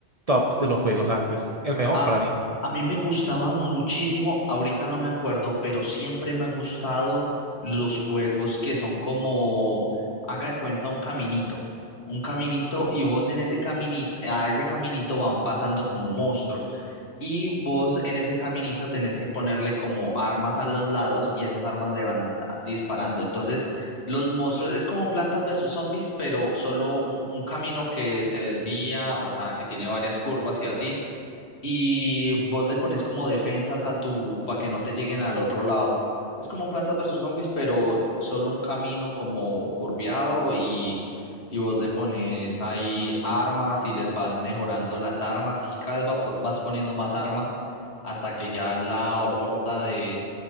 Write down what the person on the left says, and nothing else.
A,
a mí me gustaba muchísimo, ahorita no me acuerdo, pero siempre me ha gustado los juegos que son como, haga de cuenta, un caminito. Un caminito y vos en ese caminito, a ese caminito van pasando como monstruos. Y vos en ese caminito tenés que ponerle como armas a los lados y esas armas le van a- disparando. Entonces, los monstruos es como un Plantas versus Zombies, pero solo un, un camino que se desvía, o sea, que tiene varias curvas y así y vos le pones como defensas a tu para que no te lleguen al otro lado. Es como un Plantas versus Zombies, pero solo un camino como curviado y, y vos le pones ahí armas y les vas mejorando las armas y cada vez va- vas poniendo más armas hasta que ya la horda de,